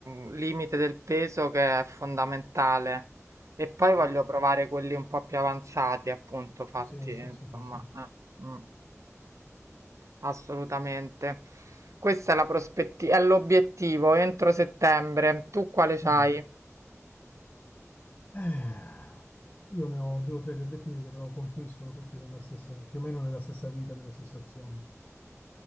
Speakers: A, on the right; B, on the left.
A: mh, limite del peso che è fondamentale. E
B: ok.
A: poi voglio provare quelli un po' più avanzati, appunto, fatti,
B: Sì,
A: insomma.
B: sì, sì, sì.
A: eh, mm. Assolutamente. Questa è la prospettiva, è l'obiettivo entro settembre. Tu quale c'hai?
B: Mm. Eh, io ne ho due o tre di obiettivi che però confluiscono tutti nella stessa, più o meno nella stessa vita, nelle stesse azioni.